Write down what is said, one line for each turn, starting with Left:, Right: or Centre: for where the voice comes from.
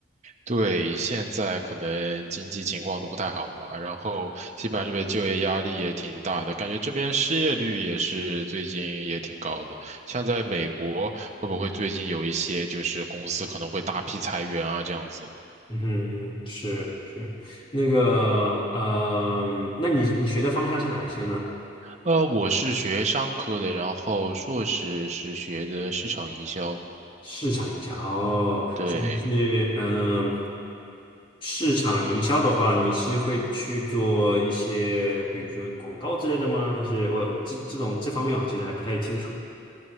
Right: 对，现在可能经济情况都不太好吧，然后西班牙这边就业压力也挺大的，感觉这边失业率也是最近也挺高的。像在美国，会不会最近有一些就是公司可能会大批裁员啊这样子？
Left: 嗯哼，是是，那个呃，那你你学的方向是哪一些呢？
Right: 呃，我是学商科的，然后硕士是学的市场营销，
Left: 市场营销哦，
Right: 对。
Left: 所以你是嗯。市场营销的话，你是会去做一些，比如说广告之类的吗？还是我这这种这方面我其实还不太清楚。